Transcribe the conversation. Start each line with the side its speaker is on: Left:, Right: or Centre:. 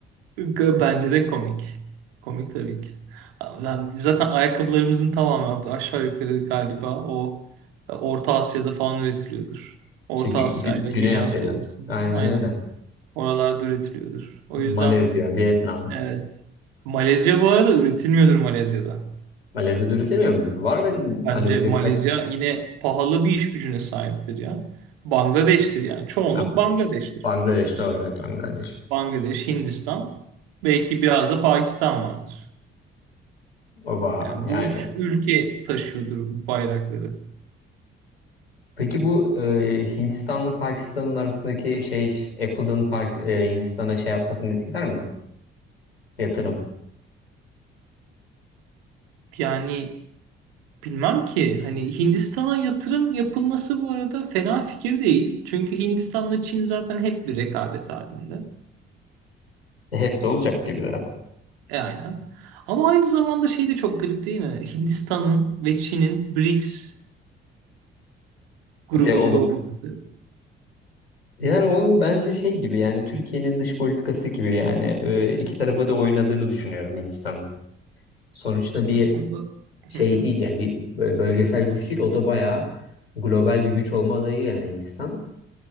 Right: G- Bence de komik. Komik tabii ki. Ben- Zaten ayakkabılarımızın tamamı aşağı yukarı galiba o e, Orta Asya'da falan üretiliyordur. Orta
Left: işte Gü-
Right: Asya
Left: Gü-
Right: ile
Left: Güney
Right: Güney
Left: Asya'da.
Right: Asya arasında.
Left: Aynen
Right: Aynen.
Left: öyle.
Right: Oralarda üretiliyordur. O yüzden
Left: Malezya, Vietnam.
Right: evet. Malezya bu arada üretilmiyordur Malezya'da.
Left: Malezya dönüşemiyor mudur? Var benim
Right: Bence
Left: Malezya
Right: Malezya
Left: birkaç.
Right: yine pahalı bir iş gücüne sahiptir ya. Bangladeş'tir yani. Çoğunluk
Left: Ha,
Right: Bangladeş'tir.
Left: Bangladeş doğru evet Bangladeş.
Right: Bangladeş, Hindistan, belki biraz da Pakistan vardır.
Left: Oba
Right: Yani
Left: yani.
Right: bu üç ülke taşıyordur bu bayrakları.
Left: Peki bu e, Hindistan'la Pakistan'ın arasındaki şey Apple'ın Pak- e, Hindistan'a şey yapmasını etkiler mi? Yatırım.
Right: Yani bilmem ki hani Hindistan'a yatırım yapılması bu arada fena fikir değil. Çünkü Hindistan'la Çin zaten hep bir rekabet halinde.
Left: E, Hep de olacak gibi zaten.
Right: E aynen. Ama aynı zamanda şey de çok garip değil mi? Hindistan'ın ve Çin'in BRICS grubunda
Left: De olup.
Right: olması.
Left: Yani o bence şey gibi yani Türkiye'nin dış politikası gibi yani e, iki tarafa da oynadığını düşünüyorum Hindistan. sonuçta bir
Right: Aslında
Left: şey
Right: Hı hı.
Left: değil yani bir böyle bölgesel güç değil o da bayağı global bir güç olma adayı yani Hindistan.